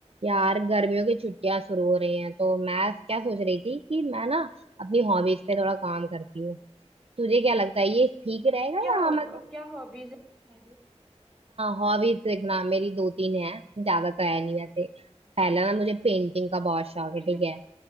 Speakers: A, on the right; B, in the centre.
A: यार गर्मियों की छुट्टियां शुरू हो रही हैं तो मैं क्या सोच रही थी कि मैं ना अपनी हॉबीज पे थोड़ा काम करती हूँ तुझे क्या लगता है ये ठीक रहेगा
B: क्या
A: या
B: हॉबी
A: मैं
B: क्या हॉबीज है तुम्हारी
A: हॉबीज देखना मेरी दो तीन है ज्यादा तो है नहीं वैसे पहला ना मुझे पेंटिंग का बहुत शौक है
B: <laughs>
A: ठीक है